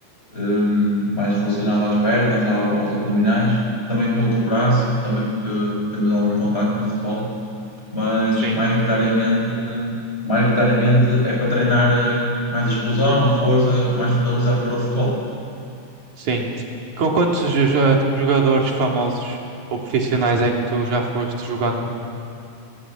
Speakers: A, on the left; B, on the right.
A: hum, mais relacionado às pernas, ao- aos abdominais, também um pouco de braço, também porque temos algum contacto no futebol. mas
B: Sim,
A: maioritariamente, maioritariamente é para treinar eh, mais a explosão, a força, mais focalizado para o futebol.
B: sim. Com quantos jo- jo- jogadores famosos ou profissionais é que tu já foste jogando?